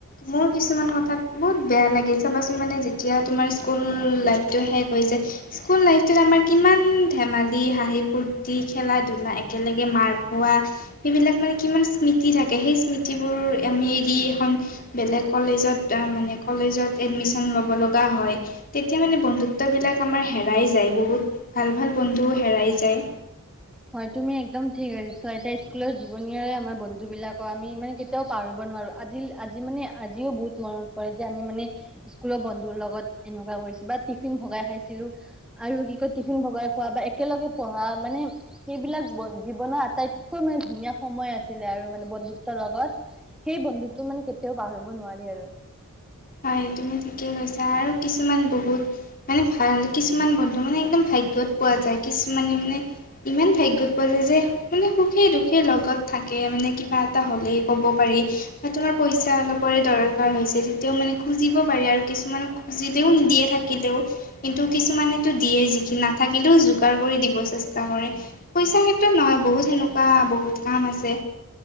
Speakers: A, on the left (about 40°); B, in the centre.
A: মোৰ কিছুমান কথাত বহুত বেয়া লাগে চাবা চোন মানে যেতিয়া তোমাৰ স্কুল লাইফটো শেষ হৈ যায় স্কুল লাইফটোত আমাৰ কিমান ধেমালি- হাঁহি ফুৰ তি, খেলা- ধূলা, একেলগে মাৰ খোৱা সেইবিলাক মানে কিমান স্মৃতি থাকে সেই স্মৃতিবোৰ আমি এৰি এখন বেলেগ কলেজত মানে কলেজত এডমিশন ল'ব লগা হয়। তেতিয়া মানে বন্ধুত্ববিলাক আমাৰ হেৰাই যায় বহুত ভাল ভাল বন্ধু হেৰাই যায়।
B: হয় তুমি একদম ঠিক কৈছা, এতিয়া স্কুলৰ জীৱনীৰে আমাৰ বন্ধুবিলাকৰ আমি মানে কেতিয়াও পাহৰিব নোৱাৰো আজি আজি মানে আজিও বহুত মনত পৰে যে আমি মানে স্কুলৰ বন্ধুৰ লগত এনেকুৱা পৰিছিল বা টিফিন ভগাই খাইছিলো আৰু কি কয় টিফিন ভগাই খোৱা বা একেলগে পঢ়া মানে সেইবিলাক বন জীৱনৰ আটাইতকৈ মানে ধুনীয়া সময় আছিলে আৰু মানে বন্ধুত্বৰ লগত। সেই বন্ধুতটো মানে কেতিয়াও পাহৰিব নোৱাৰি আৰু।
A: হয় তুমি ঠিকেই কৈছা আৰু কিছুমান বহুত মানে ভাল কিছুমান বন্ধু মানে একদম ভাগ্যত পোৱা যায় কিছুমানে মানে ইমান ভাগ্যত পোৱা যোয় যে মানে সুখেই দুখে লগত থাকে মানে কিবা এটা হ'লেই ক'ব পাৰি। তোমাৰ পইচা অলপৰে দৰকাৰ হৈছে তেতিয়াও মানে খুজিব পাৰি আৰু কিছুমানক খুজিলেও নিদিয়ে থাকিলেও কিন্তু কিছুমানেতো দিয়ে যিখিনি নাথা থাকিলেও যোগাৰ কৰি দিব চেষ্টা কৰে পইচা। নহয় বহুত সেনেকুৱা বহুত কাম আছে।